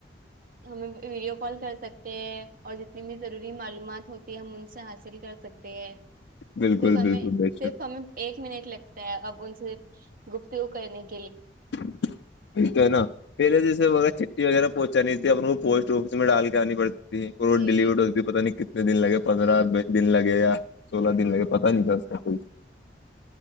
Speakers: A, on the right; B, on the left.
A: ہم ویڈیو کال کر سکتے ہیں اور جتنی بھی ضروری معلومات ہوتی ہے ہم ان سے حاصل کر سکتے ہیں
B: بالکل
A: صرف ہمیں
B: بالکل بے شک
A: صرف ہمیں ایک منٹ لگتا ہے اب ان سے گفتگو کرنے کی
B: <inaudible> وغیرہ پہنچانی تھی اپنے کو پوسٹ آفس میں ڈال کے آنی پڑتی
A: جی
B: ڈیلیڈ پتا نہیں کتنی دن لگے پندرہس دن لگے یا سولہ دن لگے پتا نہیں کیا اس کا کو